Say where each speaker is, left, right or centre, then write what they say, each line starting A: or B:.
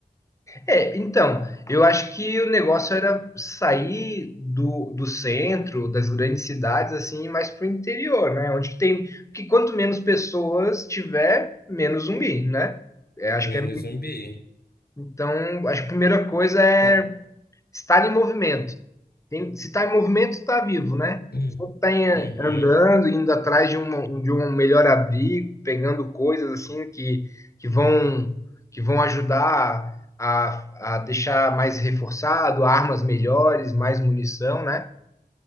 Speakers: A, on the left (about 20°); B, on the left (about 70°).
A: É, então, eu acho que o negócio era sair do, do centro, das grandes cidades, assim, e mais pro interior, né? Onde tem. Porque quanto menos pessoas tiver, menos zumbi, né? É, acho
B: menos
A: que é.
B: zumbi?
A: Então, acho que a primeira coisa é
B: Tá.
A: Estar em movimento. Tem- se está em movimento, está vivo, né?
B: Hum,
A: Quando está
B: Uhum,
A: andando, indo atrás de um, de um melhor abrigo, pegando coisas assim que, que vão que vão ajudar a, a deixar mais reforçado, armas melhores, mais munição, né?